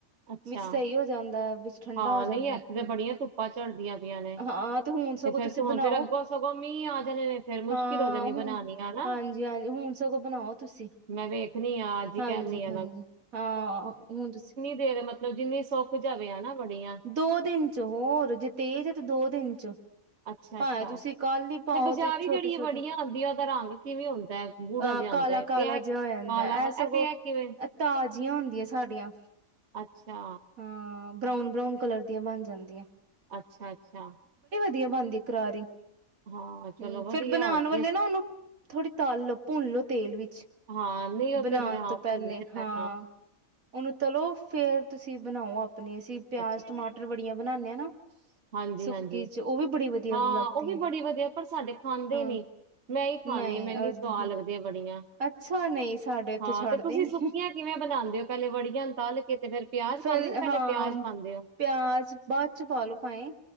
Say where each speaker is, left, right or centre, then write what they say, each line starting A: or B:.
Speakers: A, on the right; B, on the right.
A: ਅੱਛਾ
B: ਵਿੱਚ ਸਹੀ ਹੋ ਜਾਂਦਾ ਐ, ਵਿੱਚ ਠੰਡਾ
A: ਹਾਂ
B: ਹੋ ਜਾਂਦਾ
A: ਨਹੀਂ ਇਥੇ
B: ਐ।
A: ਤਾਂ
B: ਹੂੰ।
A: ਬੜੀਆਂ ਧੁੱਪਾਂ ਚਝੜਦੀਆਂ ਪਿਆਂ ਨੇ
B: ਹਾਂ ਹੁਣ ਸਗੋਂ
A: ਤੇ ਫੇਰ
B: ਤੁਸੀਂ
A: ਹੁਣ
B: ਬਣਾਓ
A: ਫਿਰ ਅੱਗੋਂ ਸਗੋਂ ਮੀਂਹ ਆ ਜਾਣੇ ਨੇ ਫੇਰ ਮੁਸ਼ਕਿਲ।
B: ਹਾਂ
A: ਹੋ ਜਾਣੀ
B: ਹੂੰ
A: ਬਣਾਉਣੀ ਹਨਾ
B: ਹਾਂਜੀ- ਹਾਂਜੀ ਹੁਣ ਸਗੋਂ ਬਣਾਓ ਤੁਸੀਂ
A: ਮੈਂ ਵੇਖਣੀ ਆ ਅੱਜ ਹੀ
B: ਹਾਂਜੀ
A: ਕਹਿਣੀ ਆ
B: ਹਾਂਜੀ ਹਾਂ ਹੁਣ ਤੁਸੀਂ।
A: ਫੇਰ ਮਤਲਬ ਜਿੰਨੀ ਸੁੱਖ ਜਾਵੇ ਹਨਾ। ਵੜੀਆਂ
B: ਦੋ ਦਿਨ ਚ ਹੋਰ ਜੇ ਤੇਜ ਹੈ ਤੇ ਦੋ ਦਿਨ ਚ।
A: ਅੱਛਾ
B: ਭਾਵੇਂ
A: ਅੱਛਾ
B: ਤੁਸੀਂ ਕੱਲ ਹੀ ਪਾਓ
A: ਬਜ਼ਾਰੀ
B: ਤੇ ਛੋਟੇ-ਛੋਟੇ
A: ਜਿਹੜੀ ਵੜੀਆਂ ਆਉਂਦੀਆਂ ਉਹਦਾ ਰੰਗ ਕਿਵੇਂ ਹੁੰਦਾ ਹੈ ਗੂੜਾ
B: ਹਾਂ
A: ਜਿਹਾ
B: ਕਾਲਾ
A: ਹੁੰਦਾ ਹੈ
B: -ਕਾਲਾ
A: ਤੇ ਇਹ
B: ਜਿਹਾ ਹੋ ਜਾਂਦਾ
A: ਕਾਲਾ
B: ਇਹ ਸਗੋਂ
A: ਤੇ ਕਿਵੇਂ
B: ਤਾਜ਼ੀਆਂ ਹੁੰ ਦੀਆਂ ਸਾਡੀਆਂ।
A: ਅੱਛਾ।
B: ਹਾਂ ਬਰਾਊਨ। ਬਰਾਊਨ ਕਲਰ ਦੀਆਂ ਬਣ ਜਾਂਦੀਆਂ।
A: ਅੱਛਾ ਅੱਛਾ।
B: ਵਧਆ ਬਣਦੀ ਕਰਾਰੀ
A: ਹਾਂ ਚਲੋ
B: ਹਮ
A: ਵਧੀਆ
B: ਫੇਿਰ ਬਣਾਉਣ
A: ਹੋਰ
B: ਵਾਲੇ
A: ਕੀ
B: ਨਾ ਉਹਨੂੰ ਥੋੜ੍ਹੀ ਤਾਲ ਲ ਲੋ ਭੁੰਨ ਲਓ ਤੇਲ ਵਿੱਚ
A: ਹਾਂ ਨਹੀਂ ਉਹ
B: ਬਣਾਉਣ
A: ਤੇ ਫੇਰ ਹਾਂ
B: ਤੋਂ ਪਹਿਲੇ
A: ਭੁੰਨ ਤੇ ਪੈ-
B: ਹਾਂ ਉਹਨੂੰ ਤਲੋ ਫੇਰ ਤੁਸੀਂ ਬਣਾਓ ਆਪਣੀ ਪਿਆ
A: ਅੱਛਾ
B: ਟਮਾਟਰ ਕੁੜੀਆਂ ਬਣਾਾਨਦੇ ਹਾਂ ਨਾ।
A: ਹਾਂਜੀ
B: ਸੁੱਕੀ
A: ਹਾਂਜੀ
B: ਚ ਉਹ ਵੀ ਬੜੀ ਵਧੀਆ
A: ਹਾਂ
B: ਲੱਗਦੀ
A: ਉਹ ਵੀ
B: ਹੈ
A: ਬੜੀ ਵਧੀਆ ਪਰ ਸਾਡੇ ਖਾਂਦੇ
B: ਹਾਂ
A: ਨੀ ਮੈਂ ਹੀ ਖਾਂਦੀ
B: ਨਹੀਂ
A: ਹਾਂ ਮੈਨ
B: ਅ
A: ਸਵਾਦ ਲੱਗਦੀ ਹੈ ਬੜੀਆਂ
B: ਅੱਛਾ ਨਹੀਂ ਸਾਡੇ ਇੱਥੇ
A: ਹਾਂ
B: ਛੱਡਦੇ
A: ਤੇ ਤੁਸੀਂ
B: ਨੀ
A: ਸੁੱਕੀਆਂ ਕਿਵੇਂ ਬਣਾਉਂਦੇ ਹੋ ਪਹਿਲੇ ਵੜੀਆਂ ਨੂੰ ਤਲ ਕੇ ਤੇ ਫੇਰ ਪਿਆਜ
B: ਫਿਰ
A: ਪਾਉਂਦੇ ਹੋ ਪਹਿਲੇ
B: ਹਾਂ
A: ਪਿਆਜ ਪਾਉਂਦੇ ਹੋ
B: ਪਿਆਜ ਬਾਅਦ ਚ ਪਾਲੋ ਭਾਏ